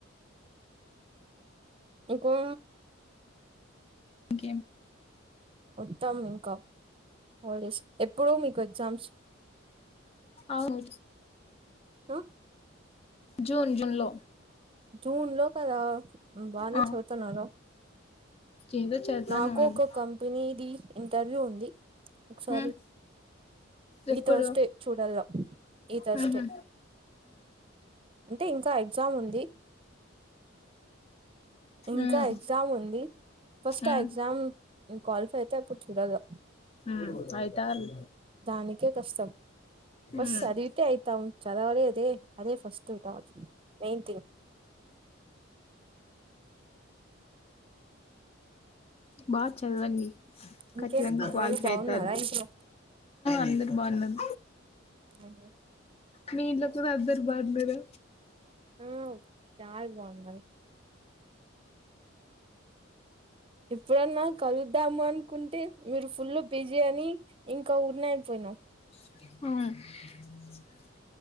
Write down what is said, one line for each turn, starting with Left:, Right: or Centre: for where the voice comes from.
Right: ఇంకా
Left: ఇంకేం
Right: ఉత్తమ్ ఇంకామ్ హాలిడేస్ ఎప్ ఎప్పుడు మీకు ఎగ్జామ్స్
Left: అవును
Right: ఆ
Left: జూన్ జూన్ లో
Right: జూన్ లో కదా బానే
Left: ఆ
Right: చదువు తున్నారు
Left: ఏదో చేద్దాను
Right: నాకు
Left: అండి
Right: ఒక కంపెనీ ది ఇంటర్వ్యూ ఉంది ఒకసారి
Left: ఉమ్ ఎప్పుడు
Right: ఈ థర్స్డే చూడాల ఈ థర్స్డే
Left: హమ్
Right: అంటే ఇంకా ఎగ్జామ్ ఉంది ఇంకా
Left: ఉమ్
Right: ఎగ్జామ్ ఉంది ఫస్ట్
Left: ఉమ్
Right: ఆ ఎగ్జామ్ క్వాలిఫై అయితే అప్పుడు చూడలా
Left: ఉమ్ అయితారు
Right: దానికి నీకే కష్టం పాస్
Left: ఉమ్
Right: చదివితే అయితాం చదవాలే అదే ఫస్ట్ ట్రూ మెయిన్ థింగ్
Left: బాగా చదవండి
Right: ఇంకేం
Left: ఖచ్చితంగా
Right: అందరూ
Left: క్వాలిఫై
Right: బాగున్నారా
Left: అవుతారు
Right: ఇంట్లో
Left: అందరు బాగున్నాం
Right: అదే
Left: మీ ఇంట్లో కు అందరూ బాగున్నారా
Right: మ్ చాల బాగున్నది ఎప్పుడన్నా కలుద్దాము అనుకుంటే మీరు ఫుల్ బిజీ అని ఇంకా ఉన్నాయి పోయినవ
Left: హ